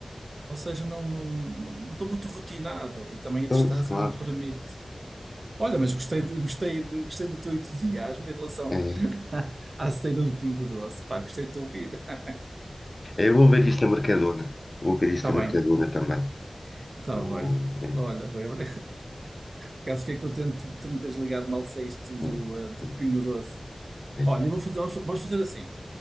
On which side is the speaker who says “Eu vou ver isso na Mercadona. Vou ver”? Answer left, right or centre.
Left